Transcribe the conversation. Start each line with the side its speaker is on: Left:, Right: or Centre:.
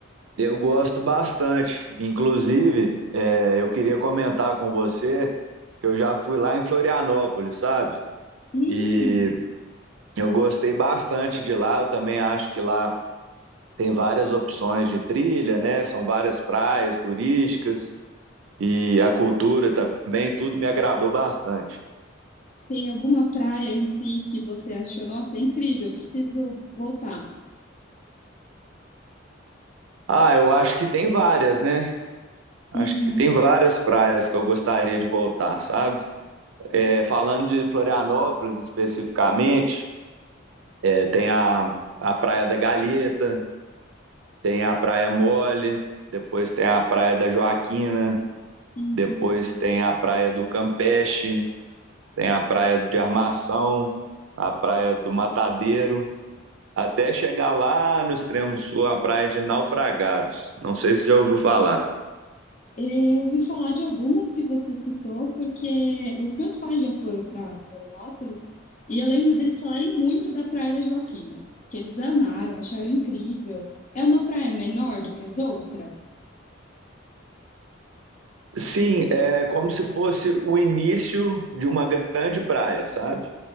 Right: eu gosto bastante. Inclusive, é, eu queria comentar com você que eu já fui lá em Florianópolis, sabe?
Left: Hum,
Right: E eu gostei bastante de lá. Eu também acho que lá tem várias opções de trilha, né? São várias praias turísticas. e a cultura também, tudo me agradou bastante.
Left: Tem alguma praia em si que você achou, nossa, é incrível, preciso voltar?
Right: Ah, eu acho que tem várias, né? Acho
Left: Uhum.
Right: que tem várias praias que eu gostaria de voltar, sabe? É, falando de Florianópolis especificamente, é, tem a, a Praia da Galheta, tem a Praia Mole, depois tem a Praia da Joaquina,
Left: Hum.
Right: depois tem a Praia do Campeche, tem a Praia de Armação, a Praia do Matadeiro. até chegar lá no extremo sul, a praia de Naufragados. Não sei se já ouviu falar.
Left: Eu ouvi falar de algumas que você citou, porque os meus pais já foram para Florianópolis e eu lembro deles falarem muito da Praia da Joaquina, que eles amaram, acharam incrível. É uma praia menor do que as outras?
Right: Sim, é como se fosse o início de uma grande praia, sabe?